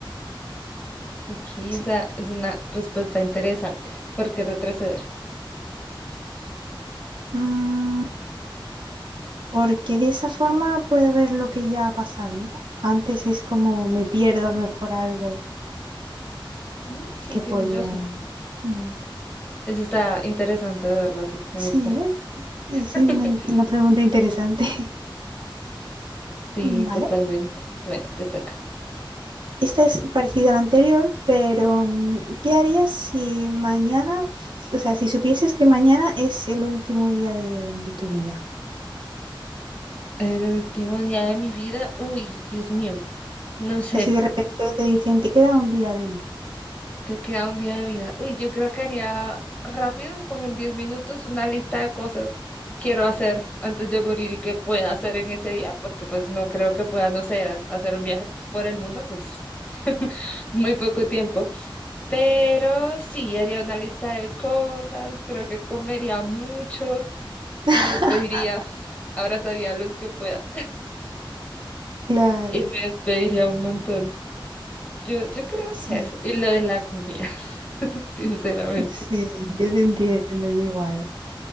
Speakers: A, on the left; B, on the right.
A: Ok, esa
B: sí.
A: es una respuesta interesante. ¿Por qué retroceder?
B: Mm, Porque de esa forma puedo ver lo que ya ha pasado, ¿no? Antes es como me pierdo a lo mejor algo
A: Mm, sí,
B: que
A: tienes
B: podía.
A: razón.
B: Mm.
A: Eso está interesante de verlo así, me
B: Sí,
A: gusta.
B: ¿eh? Es
A: <laughs>
B: una, una pregunta interesante.
A: Sí,
B: <laughs>
A: totalmente.
B: Vale.
A: Bueno, te toca.
B: Esta es parecida a la anterior, pero mm, ¿qué harías si mañana, o sea, si supieses que mañana es el último día de, de tu vida?
A: El último día de mi vida, uy, Dios mío, no sé,
B: O sea, si de repente te dicen, te queda un día de vida.
A: te queda un día de vida. Uy, yo creo que haría rápido, como en 10 minutos, una lista de cosas que quiero hacer antes de morir y que pueda hacer en ese día, porque pues no creo que pueda, no sé, hacer un viaje por el mundo, pues <laughs> muy poco tiempo. Pero sí, haría una lista de cosas, creo que comería mucho.
B: <laughs>
A: Me despediría, abrazaría a los que pueda
B: Claro,
A: y me despediría un montón. Yo, yo creo
B: sí,
A: que eso. Y lo de la comida, <laughs> sinceramente.
B: sí, yo te entiendo, yo igual. ¿eh?